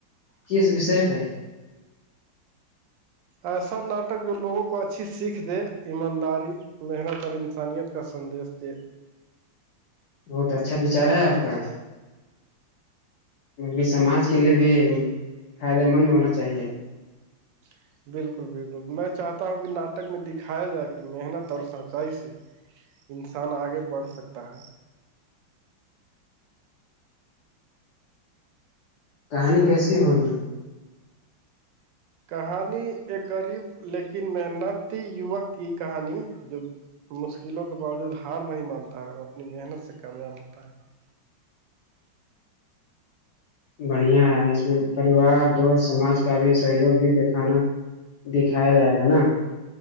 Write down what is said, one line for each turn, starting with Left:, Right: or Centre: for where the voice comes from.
Left: کس وشے پہ
Right: ایسا ناٹک جو لوگوں کو اچھی سیکھ دے ایمانداری محنت اور انسانیت اس کا سندش د
Left: بہت اچھا بچار ہے آپ کا مطل کہ سماج کے لیے بھی فائدے مند ہونا چاہیے
Right: <inaudible> بالکل بالکل میں چاہتا ہوں کہ ناٹک میں دکھایا جائے کہ محنت اور سچائی سے انسان آگے بڑھ سکتا ہے
Left: کہانی کیسی ہوگی
Right: کہانی ایک غریب لیکن محنتی یوک کی کہانی جو مشکلوں کے باوجود ہار نہیں مانتا ہے اور اپنی محنت سے کامیاب ہوتا ہے
Left: بڑھیا ہے اس میں پریوار دوست سماج کا بھی سہیوگ بھی دکھانا دکھایا جائے گا نا